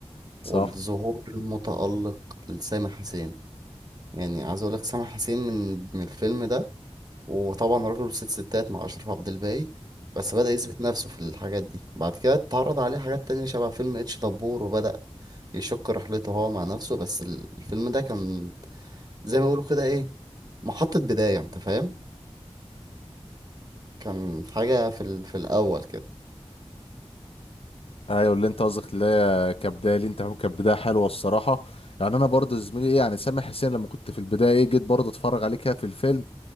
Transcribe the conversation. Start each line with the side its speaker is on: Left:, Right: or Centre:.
Left: صح
Right: والظهور المتألق لسامح حسين يعني عايز اقول لك سامح حسين من من الفيلم ده وطبعا راجل ست ستات مع اشرف عبد الباقي بس بدأ يثبت نفسه في الحاجات دي بعد كده اتعرض عليه حاجات تانية شبه فيلم اتش دبور وبدأ يشق رحلته هو مع نفسه بس ال- الفيلم ده كان زي ما بيقولوا كده ايه محطة بداية انت فاهم كان حاجة في ال... في الأول كده
Left: ايوه اللي انت قصدك اللي هي كبدايه لي انت فاهم كانت بدايه حلوه الصراحه يعني انا برضه زميلي ايه يعني سامح حسين لما كنت في البدايه ايه جيت برضه اتفرج عليه كده في الفيلم